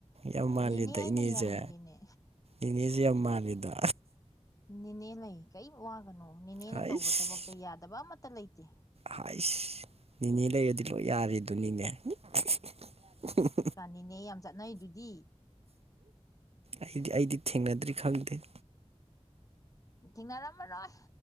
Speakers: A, on the right (about 60°); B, on the left (about 30°).
A: ꯌꯥꯝ ꯃꯥꯜꯂꯤꯗ
B: ꯅꯦꯅꯦ ꯑꯩꯅ
A: ꯏꯅꯦꯖꯦ
B: ꯌꯥꯍꯟꯒꯦꯅꯦ
A: ꯏꯅꯦꯖꯦ ꯌꯥꯝ ꯃꯥꯜꯂꯤꯗ
B: ꯅꯤꯅꯦ ꯂꯩ ꯀꯩꯝ ꯋꯥꯒꯅꯣ ꯅꯦꯅꯦꯅ
A: ꯍꯥꯏꯁ
B: ꯇꯧꯕ ꯊꯕꯛꯇ ꯌꯥꯗꯕ ꯑꯃꯠꯇ ꯂꯩꯇꯦ
A: ꯍꯥꯏꯁ ꯅꯤꯅꯦ ꯂꯩꯔꯗꯤ ꯂꯣꯏ ꯌꯥꯔꯤꯗꯨꯅꯤꯅꯦ <unintelligible>
B: ꯍꯧꯖꯤꯛ ꯀꯥꯟꯅꯤꯅꯦ ꯌꯥꯝ ꯆꯠꯅꯩꯗꯨꯗꯤ
A: ꯑꯩꯗꯤ ꯑꯩꯗꯤ ꯊꯦꯡꯅꯗ꯭ꯔꯤ ꯈꯪꯗꯦ
B: ꯊꯦꯡꯅꯔꯝꯃꯔꯣꯏ